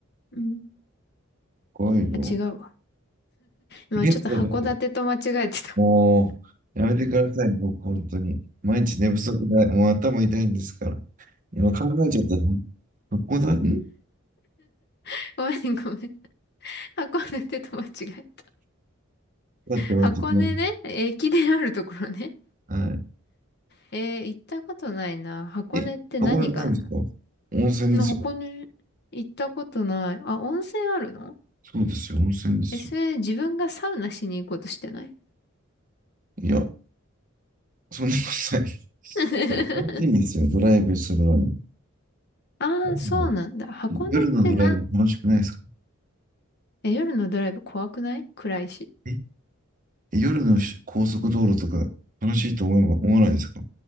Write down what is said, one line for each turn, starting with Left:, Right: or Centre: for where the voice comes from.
Left: うん。
Right: 北海道。
Left: あ、違うわ。今ちょっと函館と間違えてた。
Right: え、ちょっと待って。もう、やめてください、僕、本当に。毎日寝不足だ。もう頭痛いんですから。今考えちゃった。箱根、ん
Left: <laughs> ごめんごめん。<laughs> 函館と間違えた。
Right: だって待ってね。
Left: 箱根ね、駅伝あるところね。
Right: は
Left: えー、行ったことないな。箱根って何があんの
Right: い。え、箱根ないんですか温泉ですよ。
Left: な箱根行ったことない。あ、温泉あるの
Right: そうですよ、温泉ですよ。
Left: え、それ自分がサウナしに行こうとしてない
Right: いや、そんなことない。
Left: <laughs>
Right: 楽しいんですよ、ドライブするのに。
Left: ああ、
Right: うん
Left: そうなんだ。箱根ってな、
Right: 夜のドライブ楽しくないですか
Left: え、夜のドライブ怖くない暗いし。
Right: え、夜のし高速道路とか楽しいと思えば思わないですか